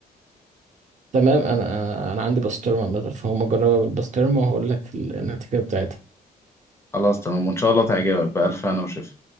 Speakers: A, on the right; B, on the left.
A: تمام أنا أنا عندي بسطرمة مثلا فهم جربها بالبسطرمة وهقول لك النتيجة بتاعتها
B: خلاص تمام وإن شاء الله تعجبك بألف هنا وشفا